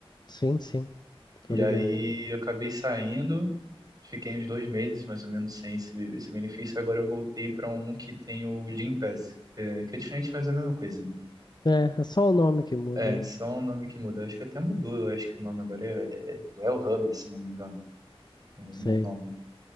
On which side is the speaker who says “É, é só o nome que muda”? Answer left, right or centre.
Left